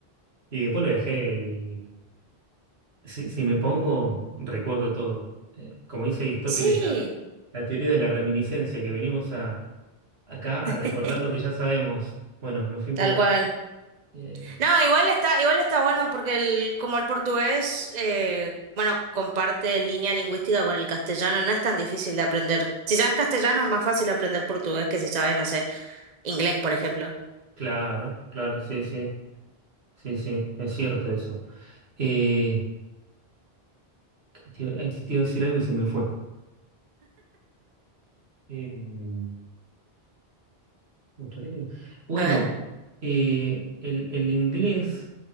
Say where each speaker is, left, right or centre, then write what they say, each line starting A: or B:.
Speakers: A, on the right (about 80°); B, on the right (about 45°).
A: y después lo dejé Si, si me pongo, recuerdo todo. Eh, como dice Aristóteles,
B: Sí,
A: la, la teoría de la reminiscencia, que venimos a, acá a recordar
B: <laughs>
A: lo que ya sabemos. Bueno, me fui un
B: tal
A: poco...
B: cual.
A: eh,
B: No, igual está, igual está bueno porque el, como el portugués, eh, bueno, comparte línea lingüística con el castellano, no es tan difícil de aprender. Si sabes castellano es más fácil aprender portugués que si sabes, no sé, inglés, por ejemplo.
A: claro, claro, sí, sí, sí, sí, es cierto eso. Eh, te, iba ay, te iba a decir algo y se me fue. Eh, pucha, ¿qué te iba- Bueno,
B: A ver.
A: eh, el, el inglés